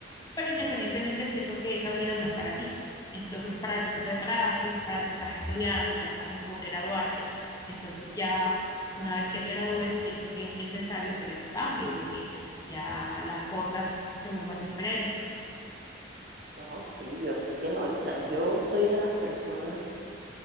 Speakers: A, on the left (about 20°); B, on the right (about 50°).
A: Pero independientemente siento que esa vida no es para ti. Entonces, para eso te preparaste, para eso estás estudiando, ya estás en poder graduarte. Entonces, ya una vez que te gradúes, siento que es necesario hacer ese cambio, de que ya las cosas se vuelvan diferentes.
B: No, sí, yo sé que no. O sea, yo soy de las personas